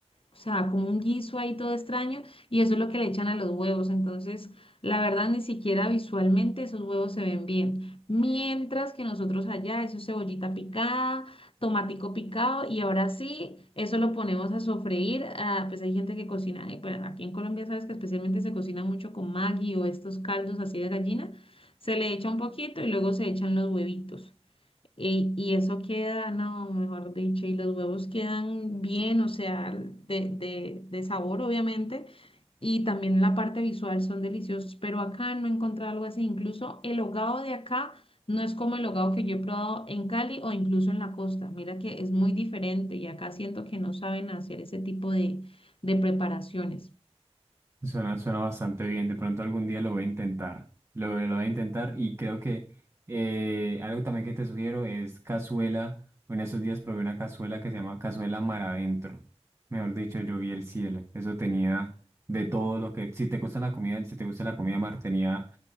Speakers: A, on the left (about 55°); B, on the right (about 25°).
A: o sea, como un guiso ahí todo extraño, y eso es lo que le echan a los huevos. Entonces, la verdad, ni siquiera visualmente esos huevos se ven bien. Mientras que nosotros allá, eso es cebollita picada, tomatico picado, y ahora sí, eso lo ponemos a sofreír. ah, pues hay gente que cocina, eh, bueno, aquí en Colombia sabes que especialmente se cocina mucho con Maggi o estos caldos así de gallina. Se le echa un poquito y luego se echan los huevitos. Y, y eso queda, no, mejor dicho, y los huevos quedan bien, o sea, de, de, de sabor, obviamente, y también la parte visual son deliciosos, pero acá no he encontrado algo así. Incluso el hogao de acá no es como el hogao que yo he probado en Cali o incluso en la costa. Mira que es muy diferente y acá siento que no saben hacer ese tipo de, de preparaciones.
B: Suena, suena bastante bien. De pronto algún día lo voy a intentar. Lo, lo voy a intentar y creo que eh, algo también que te sugiero es cazuela. En esos días probé una cazuela que se llama cazuela mar adentro. Mejor dicho, yo vi el cielo. Eso tenía de todo lo que... Si te gusta la comida, si te gusta la comida mar, tenía